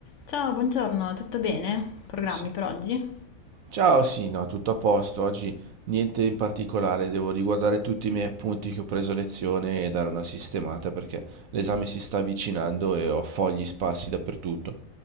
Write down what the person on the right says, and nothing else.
Sì.
Ciao, sì, no, tutto a posto. Oggi niente in particolare, devo riguardare tutti i miei appunti che ho preso a lezione e dare una sistemata perché l'esame si sta avvicinando e ho fogli sparsi dappertutto.